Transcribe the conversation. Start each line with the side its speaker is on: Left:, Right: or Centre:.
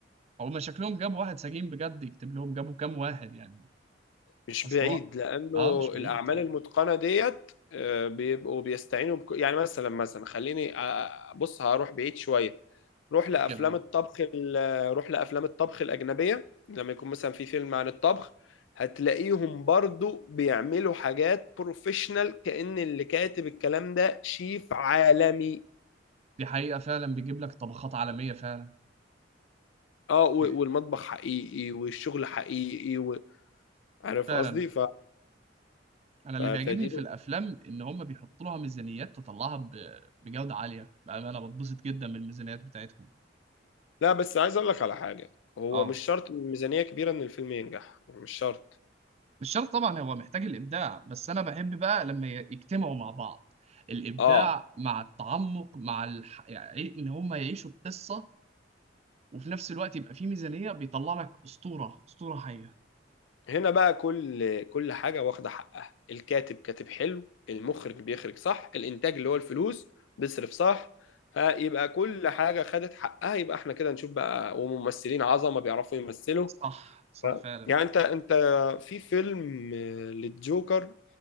Right: أو ما شكلهم جابوا واحد سجين بجد يكتب لهم جابوا كام واحد يعني
Left: مش
Right: أصل
Left: بعيد
Right: هو
Left: لانه
Right: أه مش بعيد
Left: الاعمال
Right: فعلا
Left: المتقنه ديت آه، بيبقوا بيستعينوا بك... يعني مثلا مثلا خليني آه، بص هروح بعيد شويه روح
Right: مش
Left: لافلام
Right: مشكلة أه
Left: الطبخ ال... روح لافلام الطبخ الاجنبيه لما يكون مثلا في فيلم عن الطبخ هتلاقيهم برضو بيعملوا حاجات بروفيشنال كأن اللي كاتب الكلام ده شيف عالمي
Right: دي حقيقة فعلا بيجيب لك طبخات عالمية فعلا
Left: اه و-
Right: ك-
Left: والمطبخ حقيقي والشغل حقيقي و... عارف
Right: فعلا
Left: قصدي ف...
Right: انا اللي
Left: ف...
Right: بيعجبني
Left: فدي
Right: في الافلام ان هم بيحطوا لها ميزانيات تطلعها ب- بجوده عاليه بقى انا بتبسط جدا من الميزانيات بتاعتهم
Left: لا بس عايز اقول لك على حاجه هو
Right: اه
Left: مش شرط ميزانيه كبيره ان الفيلم ينجح يعني مش شرط
Right: مش شرط طبعا هو محتاج الابداع بس انا بحب بقى لما ي- يجتمعوا مع بعض الابداع
Left: اه
Right: مع التعمق مع الح... يعني إيه ان هم يعيشوا القصه وفي نفس الوقت يبقى في ميزانيه بيطلع لك اسطوره اسطوره حيه
Left: هنا بقى كل كل حاجه واخده حقها الكاتب كاتب حلو المخرج بيخرج صح الانتاج اللي هو الفلوس بيصرف صح فيبقى كل حاجه خدت حقها يبقى احنا كده نشوف بقى وممثلين عظمه بيعرفوا يمثلوا
Right: صح صح
Left: ف...
Right: فعلا
Left: يعني انت انت في فيلم آه، للجوكر